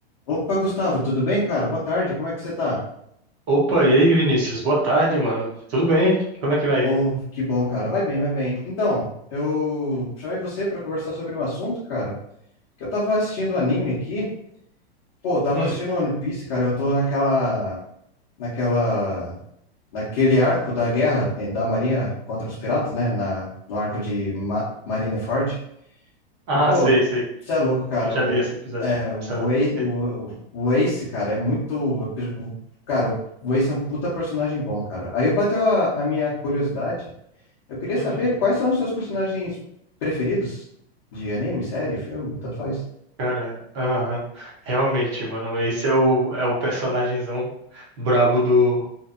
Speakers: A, on the left; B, on the right.
A: Opa, Gustavo, tudo bem, cara? Boa tarde, como é que você tá?
B: Opa, e aí, Vinícius? Boa tarde, mano. Tudo bem? Como é que vai?
A: Oh,
B: aí?
A: que bom, cara. Vai bem, vai bem. Então, eu chamei você para conversar sobre um assunto, cara, que eu tava assistindo um anime aqui. Pô, eu tava
B: Hum.
A: assistindo One Piece, cara. Eu tô naquela, naquela, naquele arco da guerra eh, da Marinha contra os piratas, né? Na, no arco de Ma Marineford.
B: Ah,
A: E, pô,
B: sei, sei.
A: você é louco, cara.
B: Eu já vi esse episódio já.
A: O,
B: Essa-
A: Ace-
B: é,
A: o, o Ace, cara, é muito. o- Cara, o Ace é um puta personagem bom, cara. Aí bateu a, a minha curiosidade. Eu queria saber
B: Uhum.
A: quais são os seus personagens preferidos de anime, série, filme, tanto faz.
B: Cara, aham. Realmente, mano. Esse é o, é o personagemzão brabo do,